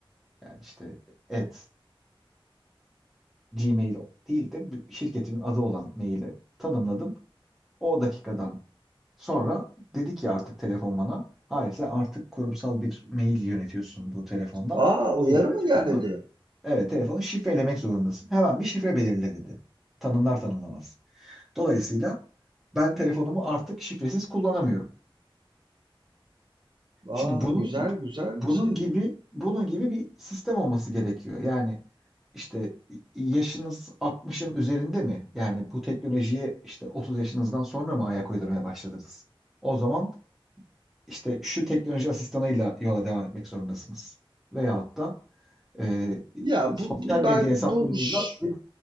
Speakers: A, in the centre; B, on the right.
A: Yani işte at Gmail değil de bir şirketimin adı olan maili tanımladım. O dakikadan sonra dedi ki artık telefon bana hayır sen artık kurumsal bir mail yönetiyorsun bu telefondan.
B: A! Uyarı
A: Dolayısıyla
B: mı
A: telefonu
B: geldi?
A: evet telefonu şifrelemek zorundasın. Hemen bir şifre belirle dedi. Tanımlar tanımlamaz. Dolayısıyla ben telefonumu artık şifresiz kullanamıyorum.
B: Aa
A: Şimdi bunun
B: Güzel, güzel
A: bunun
B: bir şey.
A: gibi bunun gibi bir sistem olması gerekiyor. Yani işte yaşınız 60'ın üzerinde mi? Yani bu teknolojiye işte 30 yaşınızdan sonra mı ayak uydurmaya başladınız? O zaman işte şu teknoloji asistanıyla yola devam etmek zorundasınız. Veyahut da e,
B: Ya,
A: sosyal
B: bu bu
A: medya
B: ben
A: hesaplarınızla
B: bu ş
A: bir